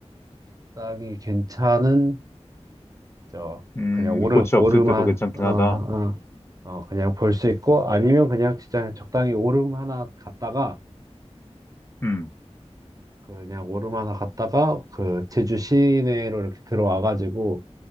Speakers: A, on the right; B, on the left.
A: 적당히 괜찮은, 저,
B: 음,
A: 그냥 오름,
B: 꽃이
A: 오름한,
B: 없을 때도 괜찮긴
A: 어, 어,
B: 하다.
A: 어, 그냥 볼 수 있고, 아니면 그냥 진짜 적당히 오름 하나 갔다가,
B: 음,
A: 그 그냥 오르마나 갔다가 그 제주 시내로 이렇게 들어와가지고